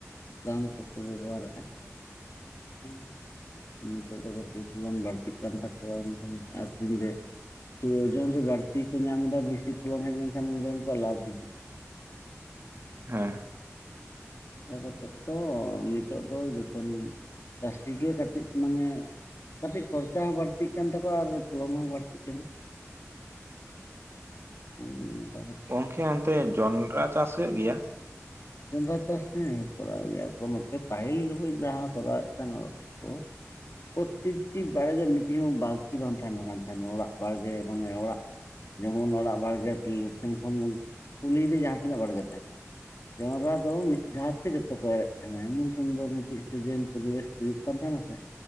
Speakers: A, on the left; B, on the right.
A: ᱨᱟᱱ ᱠᱚᱠᱚ ᱵᱮᱵᱚᱦᱟᱨ ᱮᱫᱼᱟ ᱦᱮᱸ ᱱᱤᱛᱚᱜ ᱫᱚ ᱠᱟᱹᱴᱤᱡ ᱵᱚᱱ ᱵᱟᱹᱲᱛᱤᱜ ᱠᱟᱱ ᱛᱟᱠᱚᱣᱟ ᱮᱱᱠᱷᱟᱱ ᱟᱠᱷᱨᱤᱧ ᱨᱮᱼᱼ ᱳᱡᱚᱱ ᱨᱮ ᱵᱟᱹᱲᱛᱤ ᱠᱚ ᱧᱟᱢ ᱮᱫᱟ ᱵᱮᱥᱤ ᱯᱷᱚᱞᱚᱱ ᱦᱮᱡ ᱞᱮᱱ ᱠᱷᱟᱱ ᱚᱸᱰᱮ ᱩᱱᱠᱩᱣᱟᱜ ᱞᱟᱵᱷ ᱦᱤᱡᱩᱜᱼᱟ
B: ᱦᱮᱸ
A: ᱚᱱᱠᱟ ᱠᱟᱛᱮᱫ ᱛᱚ ᱱᱤᱛᱚᱜ ᱫᱚ ᱡᱚᱛᱚᱱ ᱪᱟᱹᱥᱤ ᱜᱮ ᱠᱟᱹᱴᱤᱡ ᱢᱟᱱᱮᱼᱼ ᱠᱟᱹᱴᱤᱡ ᱠᱷᱚᱨᱪᱟ ᱦᱚᱸ ᱵᱟᱹᱲᱛᱤᱜ ᱠᱟᱱ ᱛᱟᱠᱚᱣᱟ ᱟᱨ ᱯᱷᱚᱞᱳᱱ ᱦᱚᱸ ᱵᱟᱹᱲᱛᱤᱜ ᱠᱟᱱᱟ
B: <inaudible>
A: <unintelligible>
B: ᱜᱚᱝᱠᱮ ᱚᱱᱛᱮ ᱡᱚᱱᱰᱨᱟ ᱪᱟᱥ ᱦᱩᱭᱩᱜ ᱜᱮᱭᱟ
A: ᱡᱚᱸᱰᱨᱟ ᱪᱟᱥ ᱦᱮᱸ ᱠᱚᱨᱟᱣ ᱜᱮᱭᱟ ᱠᱚ ᱱᱚᱛᱮ ᱯᱟᱹᱦᱤᱞ <unintelligible> ᱡᱟᱦᱟᱸ ᱠᱚᱨᱟᱣ ᱮᱫ ᱛᱟᱦᱮᱱᱟ ᱠᱚ ᱾ ᱯᱨᱚᱛᱛᱮᱠᱴᱤ ᱵᱟᱲᱜᱮ ᱢᱤᱫᱴᱤᱡ ᱦᱚᱸ ᱵᱟᱠᱤ ᱵᱟᱝ ᱛᱟᱦᱮᱱ ᱠᱟᱱ ᱛᱟᱦᱮᱱᱟ ᱚᱲᱟᱜ ᱵᱟᱲᱜᱮ ᱢᱟᱱᱮ ᱚᱲᱟᱜ ᱡᱮᱢᱚᱱ ᱚᱲᱟᱜ ᱵᱟᱲᱜᱮ ᱥᱮᱱ ᱠᱷᱚᱱ ᱠᱩᱞᱦᱤ ᱨᱮ ᱡᱟᱦᱟᱸ ᱛᱤᱱᱟᱹᱜ ᱵᱟᱲᱜᱮ ᱛᱟᱦᱮᱱᱟ ᱡᱚᱱᱰᱨᱟ ᱫᱚ ᱢᱤᱫ ᱫᱷᱟᱣ ᱛᱮ ᱠᱚ ᱮᱨᱮᱫ ᱛᱟᱦᱮᱱᱟ ᱮᱢᱚᱱ ᱥᱩᱱᱫᱚᱨ ᱢᱤᱫᱴᱤᱡ ᱥᱤᱡᱮᱱ ᱯᱚᱨᱤᱵᱮᱥ ᱦᱩᱭᱩᱜ ᱠᱟᱱ ᱛᱟᱦᱮᱱᱟ ᱥᱮᱼᱼ